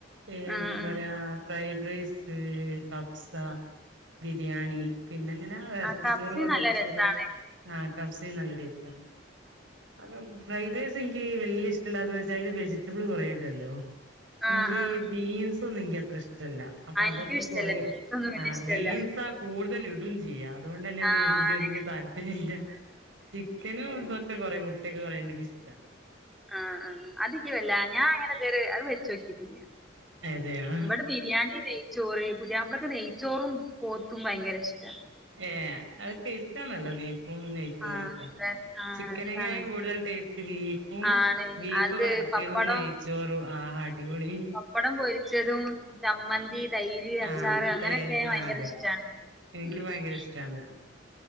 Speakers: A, on the right (about 85°); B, in the centre.
A: ഏഹ്
B: ആഹ്
A: എന്താറിയാ.
B: ആഹ്
A: ഫ്രൈഡ് റൈസ്, കപ്സ, ബിരിയാണി. പിന്നെങ്ങനെ എറച്ചി
B: ആ കപ്സയും
A: ചോറ് പോലത്തൊ
B: നല്ല
A: ക്കെ
B: രസാണ്
A: ചോറ് ആഹ് കഫ്സ നല്ല ടേസ്റ്റാണ്. അത് ഫ്രൈഡ്റൈസിക്കി വല്യ ഇഷ്ടല്ലാത്തെ വെച്ചാ അതില് വെജിറ്റബിൾ കൊറേടല്ലോ.
B: ആഹ്
A: ന്ക്കി
B: ആഹ്
A: ബീൻസൊന്നും ഇക്കി അത്ര ഇഷ്ടല്ല അപ്പൊ
B: ആ ആ, എനിക്കും
A: അതൊക്കെ
B: ഇഷ്ടല്ല
A: കൊറെ.
B: ബീഫൊന്നും വല്യ
A: ആഹ്
B: ഇഷ്ടല്ല
A: ബീൻസാ കൂടുതൽ ഇടും ചെയ്യാ അതൊണ്ടന്നെ
B: ആണ്
A: എനിക്ക് വല്യ താല്പര്യല്ല. ചിക്കനും ഇതൊക്കെ കൊറെ മുട്ടയൊക്കെ കൊറെണ്ടങ്കി ഇഷ്ടാ
B: ആഹ് ആഹ് അതിക്കി വല്ല ഞാൻ അങ്ങനെ ഇതെരെ അത് വെച്ചോക്കീട്ടില്യാ.
A: അതെയോ
B: ബടെ ബിരിയാണി നെയ് ചോറ് പുതിയാപ്പളക്ക് നെയ്ച്ചോറും പോത്തും ഭയങ്കര ഇഷ്ട.
A: ഏഹ് അഹ് ട്ടെഷ്ടാണല്ലോ ബീഫും നെ <unintelligible>
B: ആഹ്
A: ചിക്കനകാൾ
B: രസാണ്
A: കൂടുതൽ ടേസ്റ്റ് ബീഫും
B: ആണ്
A: ബീഫ്
B: അത്
A: വരട്ടിയതും
B: പപ്പടം
A: നെയ് ചോറു ആഹ് അടിപൊളി.
B: പപ്പടം പൊരിച്ചതും ചമ്മന്തി തൈര് അച്ചാറ്
A: ആഹ്
B: അങ്ങനെയൊക്കെ
A: തൈര്
B: ഭയങ്കര
A: ആഹ് അതെ
B: ഇഷ്ടാണ്
A: എനിക്ക്
B: ഉമ്
A: ഭയങ്കര ഇഷ്ടാണത്